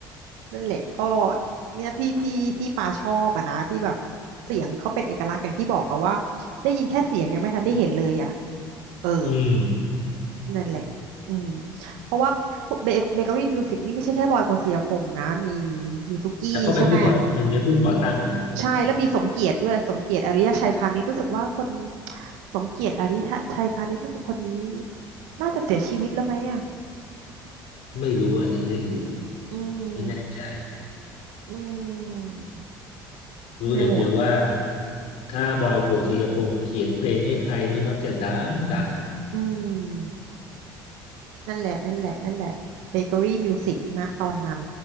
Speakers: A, on the right; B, on the left.
A: นั่นแหละก็เนี่ยที่ที่ที่ปาชอบอะนะที่แบบเสียงเขาเป็นเอกลักษณ์อย่างที่บอกอะว่าได้ยินแค่เสียงยังไม่ทันได้เห็นเลยอะเออ
B: อืม
A: นั่นแหละอืมเพราะว่าเบเกอรี่มิวสิกนี่ไม่ใช่แค่บอยกฤษณเสียพงษ์นะมีมีซุกี้ใช่ไหม
B: แต่เขาเป็นผู้ก่อหนึ่งในผู้ก่อตั้งเนี่ย
A: ใช่แล้วมีสมเกียรติด้วยสมเกียรติอริยชัยพานิชรู้สึกว่าคนสมเกียรติอริยชัยพานิชรู้สึกคนนี้น่าจะเสียชีวิตแล้วไหมอ่ะ
B: ไม่รู้อันนี้ไม่รู้
A: อืม
B: ไม่แน่ใจ
A: อืม
B: รู้อย่างเดียวว่า
A: นั่นแหละ
B: ถ้าบอยโกสิยพงษ์เขียนเพลงให้ใครนี่มักจะดังดัง
A: อืมนั่นแหละนั่นแหละนั่นแหละเบเกอรี่มิวสิกนะตอนนั้น